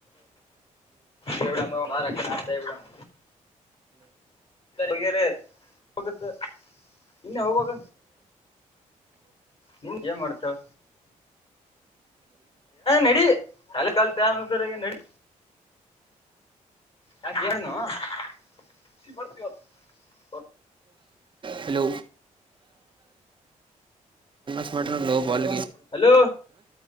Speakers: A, on the left (about 40°); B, on the right (about 35°).
A: ನ ವೇರ ಹೋಗತ್ತು ನಿನ್ನೆ ಹೋಗಾಗ ನಿನ್ ಏನ್ ಮಾಡ್ತಾಳ ನಡಿ ಕಾಲ ಕಾಲ ತದ್ರ ನಡಿ ಯಕ ಎ ಬ
B: ಹಲೋ ಸ್ ಮಾಡ ಲೋ ಬಾಲ್
A: ಹಲೋ